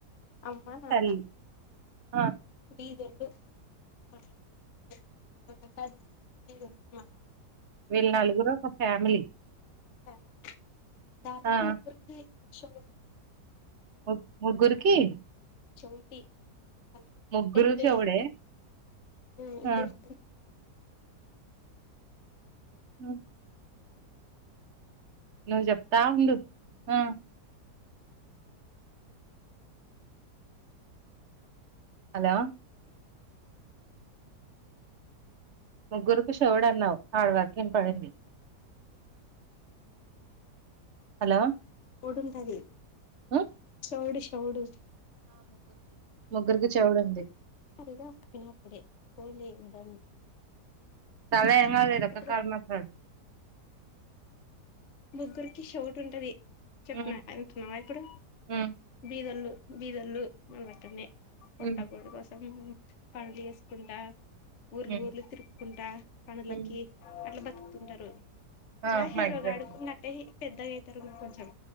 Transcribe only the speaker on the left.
అమ్మ నాన్న
ఈ రెండు <unintelligible>
సార్, సార్ దా
ముగ్గురికి షో
చెవటి, ఇద్ద
పేరె
<unintelligible>
ఇద్దరు ముగ్గురు
చౌడుంటాది
చెౌడు చెౌడు
<unintelligible> నప్పుడే ఫోన్ చేయొద్దని
ఇప్పుడు
ముగ్గురికి షోటు ఉంటది చెప్పినా
అంటున్నావా ఇప్పుడు
బీదోళ్ళు బీదోళ్ళు మన లెక్కనే పొట్టగూడు
కోసం పనులు చేసుకుంటా ఊర్లు
ఊర్లు తిరుక్కుంటా పనులకి
అట్ల బతుకుతుంటరు ఇట్లా
హీరోగాడు
<unintelligible> పెద్దగైతరు కొంచెం